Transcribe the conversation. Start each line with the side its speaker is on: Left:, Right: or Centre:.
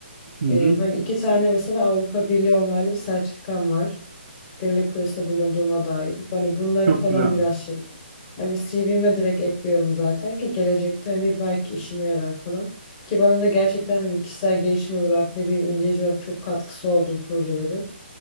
Right: Hı hı.
Left: E, hani iki tane mesela Avrupa Birliği onaylı bir sertifikam var. Gönüllülük projesinde bulunduğuma dair. Hani bunları
Right: Çok
Left: falan
Right: güzel.
Left: biraz şey. Hani CV'me direkt ekliyorum zaten ki gelecekte hani belki işime yarar falan. Ki bana da gerçekten hani kişisel gelişim olarak ne bileyim İngilizce olarak çok katkısı oldu bu projelerin.